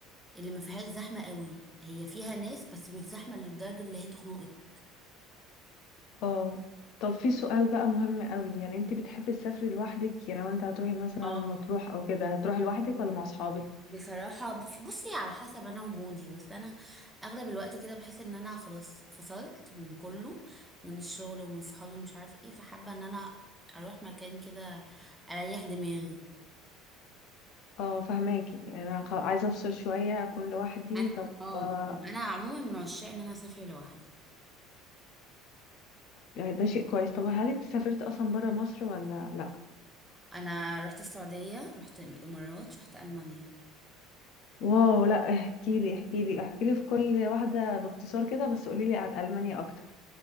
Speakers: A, in the centre; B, on the left (about 55°).
A: اللي ما فيهاش زحمة قوي هي فيها ناس بس مش زحمة للدرجة اللي هي تخنقك
B: اه طب في سؤال بقى مهم قوي يعني انت بتحبي تسافري لوحدك يعني لو انت هتروحي مثلا
A: اه
B: مطروح او كده هتروحي لوحدك ولا مع اصحابك
A: بصراحة بف- بصي على حسب انا ومودي بس انا اغلب الوقت كده بحس ان انا خلاص فصلت من كله من الشغل ومن صحابي ومش عارف ايه فحابة ان انا اروح مكان كده اريح دماغي
B: اه فهماكي يعني انا خ- عايزه افصل شويه اكون لوحدي
A: انا
B: طب
A: اه
B: آه
A: انا عموما من عشاق ان انا اسافر لوحدي
B: يعني ده شيء كويس طب هل انت سافرت اصلا بره مصر ولا لا
A: انا رحت السعودية رحت الامارات رحت المانيا
B: واو لا احكي لي احكي لي احكي لي في كل واحده باختصار كده بس قولي لي عن المانيا اكتر